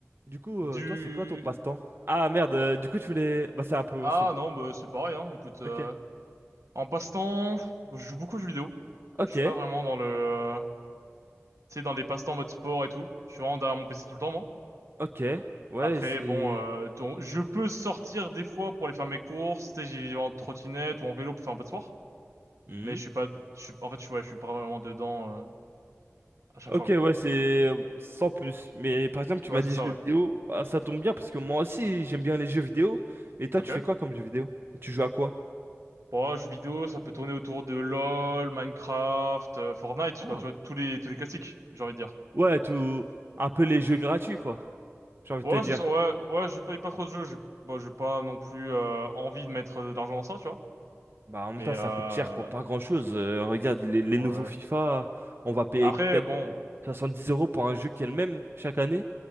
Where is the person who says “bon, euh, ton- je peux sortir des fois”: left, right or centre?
Right